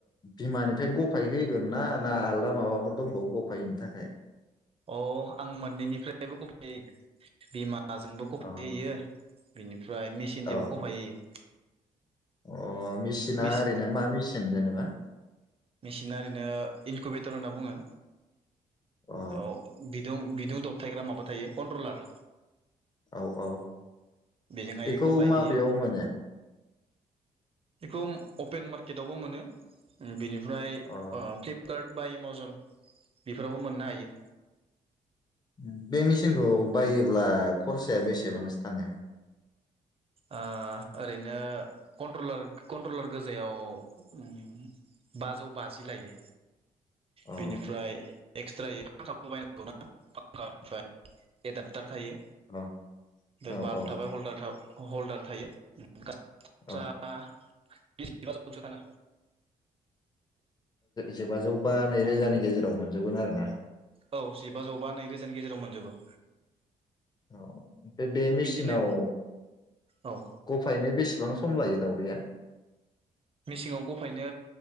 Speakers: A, on the left; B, on the right.
A: बिमानिफ्राय गफाय होगोन ना ना आलदा माबाफोर दंबावो गफाय होनो थाखाय
B: अ आं मोननैनिफ्रायबो गफाय <unintelligible> बिमा नाजोंबो गफायहोयो
A: अ
B: बिनि ओमफ्राय मेचिन
A: औ
B: जोबो गफाय होयो
A: अ' मिचिना
B: मिस
A: ओरैनो मा मिचिन जेनेबा?
B: मेचिना ओरैनो इनकुभेटर होनना बुङो
A: अ
B: औ बिदं बि दुं दबथायग्रा माबा थायो कन्ट्रलार।
A: औ औ
B: बेजोंहाय
A: बेखौ
B: गफाय
A: माबेयाव
B: होयो
A: मोनो
B: बेखौ अपेन मार्केटावबो मोनो ओम बेनिफ्राय ओ
A: अ
B: फ्लिपकार्ट बा एमाजन बेफोरावबो मोननो हायो
A: ओम बे मेचिनखौ बायोब्ला खरसाया बेसेबांसो थाङो
B: ओ ओरैनो कन्ट्रलार कन्ट्रलार गोजायाव ओम बाजौ बाजि लायो
A: अ
B: बेनिफ्राय एक्स <unintelligible> बायनांगौना <unintelligible> फ्राय एडाबटार थायो
A: अ
B: बे
A: औ
B: बाल्ब
A: औ
B: थाबाय हल्दार था ह' हल्दार थायो <unintelligible>
A: औ
B: <unintelligible> थाङो
A: जिबाजौ बा नैरोजानि गेजेराव मोनजोबगोन आरो ना
B: औ जिबाजौ बा नैरोजानि गेजेराव मोनजोबो
A: औ बे-बे मेसिनाव
B: बिदिनो औ
A: गफायैनो बेसेबां सम सम लायो दाउदैया?
B: मेसिङाव गफायनो